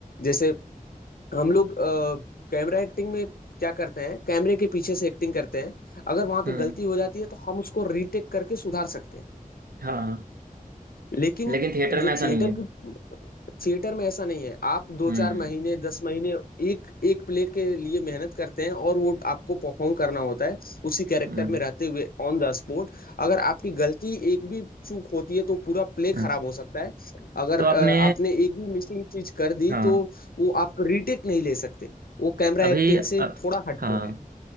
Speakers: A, on the left (about 80°); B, on the right (about 85°).
A: जैसे हम लोग कैमरा एक्टिंग में क्या करते हैं कैमरे के पीछे से एक्टिंग करते हैं अगर वहां पे
B: हम्म
A: गलती हो जाती है तो हम उसको रीटेक करके सुधार सकते हैं
B: हाँ
A: लेकिन
B: लेकिन थिएटर
A: जो
B: में ऐसा
A: थिएटर
B: नहीं है
A: की थिएटर में ऐसा नहीं है आप दो
B: हम्म
A: चार महीने दस महीने एक एक प्ले के लिए मेहनत करते हैं और वो आपको परफॉर्म करना होता है उसी कैरेक्टर
B: हम्म
A: में रहते हुए ऑन द स्पॉट अगर आपकी गलती एक भी चूक होती है तो पूरा प्ले
B: हाँ,
A: खराब हो सकता है अगर
B: तो आपने
A: अ, आपने एक भी मिसिंग चीज कर दी
B: हाँ
A: तो वो आप रीटेक नहीं ले सकते वो कैमरा
B: अभी
A: एक्टिंग
B: अ,
A: से थोड़ा हटके
B: हाँ
A: है